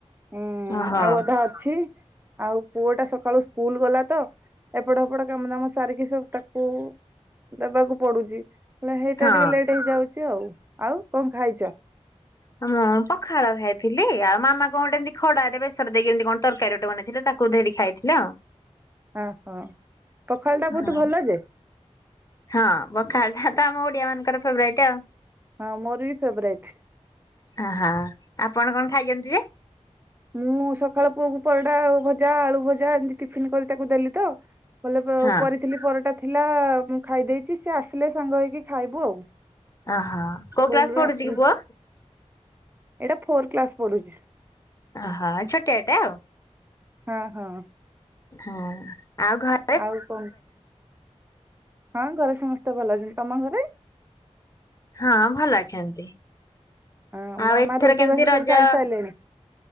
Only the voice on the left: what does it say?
ଓହୋ
ହଁ
ହଁ ମୁଁ ପଖାଳ ଖାଇଥିଲି ଆଉ ମାମା କଣ ଗୋଟେ ଏମତି ଖଡାରେ ବେସର ଦେଇକି ଏମିତି କଣ ତରକାରୀ ଗୋଟେ ବନେଇଥିଲେ ତାକୁ ଦେରି ଖାଇଥିଲି ଆଉ
ହଁ
ହଁ ପଖାଳଟା ତ ଆମ ଓଡିଆ ମାନଙ୍କର ଫେବରାଇଟ ଆଉ
ଅହ ଆପଣ କଣ ଖାଇଛନ୍ତି ଯେ?
ହଁ
ଆହ
କୋଉ କ୍ଲାସ
ପଢୁଚି
କି ପୁଅ?
ଆହ ଛୋଟିଆଟେ ଆଉ
ହଁ ଆଉ ଘର
ହଁ ଭଲ ଅଛନ୍ତି।
ଆଉ
ଏଥର
କେମିତି ରଜ